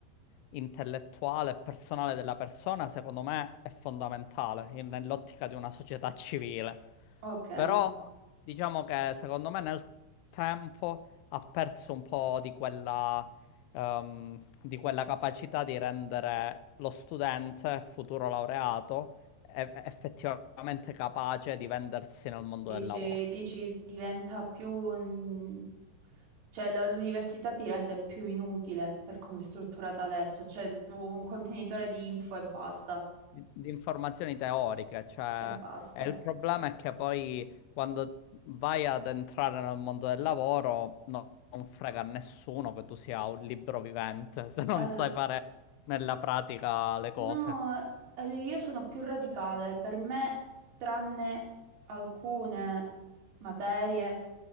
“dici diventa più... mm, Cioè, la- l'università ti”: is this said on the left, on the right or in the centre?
Right